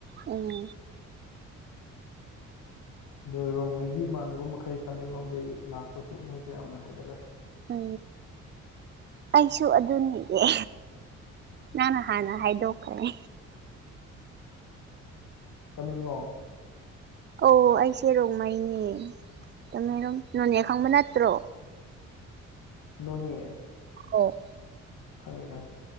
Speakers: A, on the right; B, on the left.
A: ꯎꯝ
B: ꯑ ꯔꯣꯡꯃꯩꯒꯤ ꯏꯃꯥꯟꯅꯕ ꯃꯈꯩ ꯇꯃꯦꯡꯂꯣꯡꯗꯒꯤꯩ ꯂꯥꯛꯄꯁꯨ ꯃꯣꯏꯁꯨ ꯌꯥꯝꯅ ꯍꯥꯏꯒꯠꯂꯦ
A: ꯑ ꯑꯩꯁꯨ ꯑꯗꯨꯅꯤꯌꯦ ꯅꯪꯅ ꯍꯥꯟꯅ ꯍꯥꯏꯗꯣꯛꯈ꯭ꯔꯦ
B: ꯇꯃꯦꯡꯂꯣꯡ
A: ꯑꯧ ꯑꯩꯁꯦ ꯔꯣꯡꯃꯥꯏꯅꯦꯃꯦꯔꯣꯝ ꯅ ꯅꯈꯥꯡꯕ ꯅꯠꯇ꯭ꯔꯣ
B: ꯅꯅꯤ
A: ꯑꯣ
B: ꯈꯪꯉꯦ ꯈꯪꯉꯦ